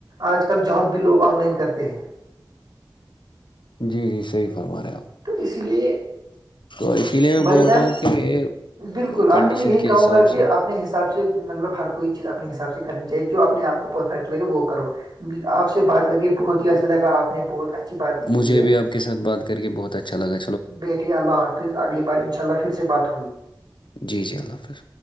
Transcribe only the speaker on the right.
آج کل جاب بھی لوگ آن لائن کرتے ہیں
تو اس لیے
بھائی
جان
بالکل
آخر میں یہی
کہوں
گا کہ
آپ اپنے حساب سے مطلب ہر کوئی چیز اپنے حساب سے کرنی چاہیے جو اپنے آپ کو پرفیکٹ لگے وہ کرو آپ سے بات کر کے بہت ہی اچھا لگا آپ نے بہت اچھی باتیں کی
ہے
بیٹھی اللہ حافظ اگلی بار ان شاء اللہ پھر سے بات ہوگی